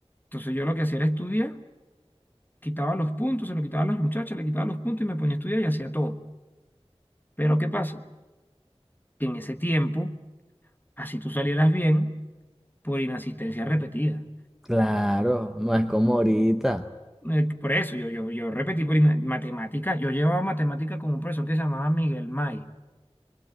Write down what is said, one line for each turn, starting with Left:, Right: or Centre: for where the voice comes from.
Left: Entonces yo lo que hacía era estudiar, quitaba los puntos, se lo quitaba a las muchachas, le quitaba los puntos y me ponía a estudiar y hacía todo. Pero ¿qué pasa? Que en ese tiempo, así tú salieras bien. por inasistencia repetida.
Centre: claro, no es como ahorita.
Left: Eh, Por eso yo, yo, yo repetí por ina- matemática. Yo llevaba matemática con un profesor que se llamaba Miguel May